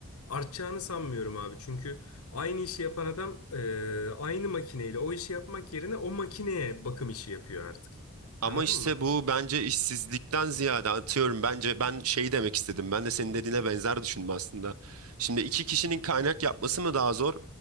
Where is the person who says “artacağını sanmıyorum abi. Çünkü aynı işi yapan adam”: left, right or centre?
Left